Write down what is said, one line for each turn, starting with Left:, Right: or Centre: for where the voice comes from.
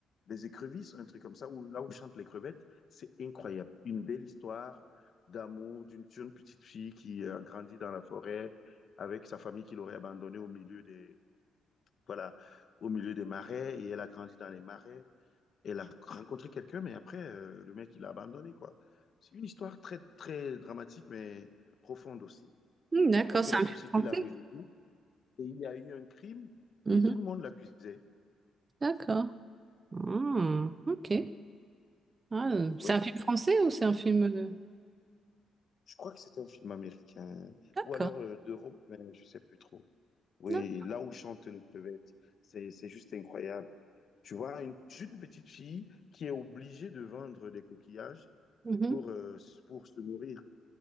Left: les écrevisses, un truc comme ça, ou là où chantent les crevettes, c'est incroyable. Une belle histoire d'amour d'une d'une petite fille qui a grandi dans la forêt avec sa famille qui l'aurait abandonnée au milieu des, voilà, au milieu des marais, et elle a grandi dans les marais. Elle a rencontré quelqu'un, mais après, euh, le mec, il a abandonné, quoi. C'est une histoire très, très dramatique, mais profonde aussi.
Right: Hmm, d'accord,
Left: Parce que
Right: c'est
Left: la
Right: un
Left: société
Right: film français.
Left: l'a rejeté et il y a eu un crime
Right: Mhm,
Left: et tout le monde l'accusait.
Right: d'accord. Ah, ok. Ah, euh, c'est
Left: Oui,
Right: un film français ou c'est un film... euh,
Left: je crois que c'est un film américain
Right: D'accord.
Left: ou alors euh, d'Europe, mais je sais plus trop. Oui,
Right: Non.
Left: là où chante les crevettes, c'est, c'est juste incroyable. Tu vois, une, une petite fille qui est obligée de vendre des coquillages
Right: Mhm.
Left: pour, euh, pour se nourrir.